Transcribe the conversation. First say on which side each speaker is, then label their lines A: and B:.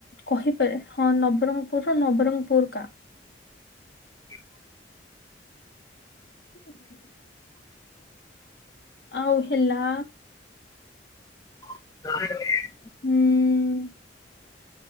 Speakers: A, on the left; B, on the left.
A: କହିପାରେ ହଁ ନବରଙ୍ଗପୁର ନବରଙ୍ଗପୁର। କା।
B: <inaudible>
A: ହ <inaudible> ଆଉ ହେଲା।
B: ହ <inaudible>
A: ଉମ୍